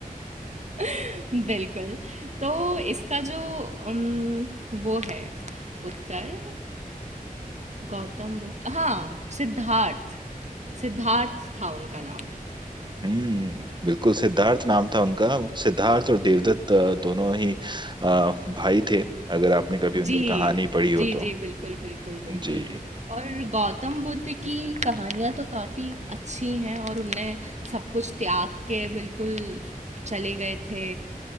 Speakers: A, on the right; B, on the right.
A: <laughs> बिल्कुल तो इसका जो अम, वो है उत्तर गौतम बुद्ध हाँ सिद्धार्थ सिद्धार्थ था उनका नाम
B: हम्म बिल्कुल सिद्धार्थ नाम था उनका सिद्धार्थ और देवदत्त अ, दोनों ही अ, भाई थे अगर आपने कभी उनकी
A: जी
B: कहानी पढ़ी हो
A: जी
B: तो
A: जी बिल्कुल बिल्कुल बिल्कुल
B: जी
A: और गौतम बुद्ध की कहानियाँ तो काफ़ी अच्छी हैं और उनने सब कुछ त्याग के बिल्कुल चले गए थे